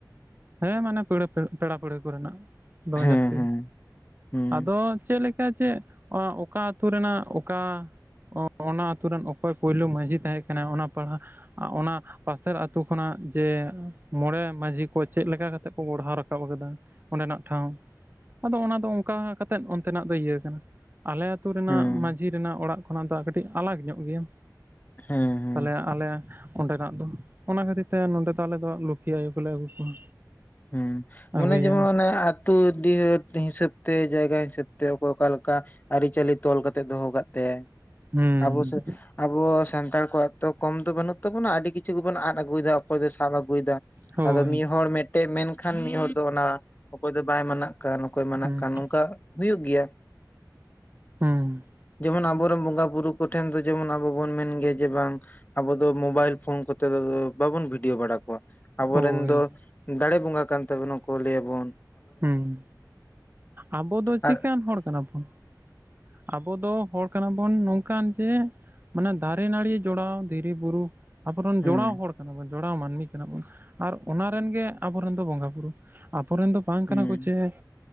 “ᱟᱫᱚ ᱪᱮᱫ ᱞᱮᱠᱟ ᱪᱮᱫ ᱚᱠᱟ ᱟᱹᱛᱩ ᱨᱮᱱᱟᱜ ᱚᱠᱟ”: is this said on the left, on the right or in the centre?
Right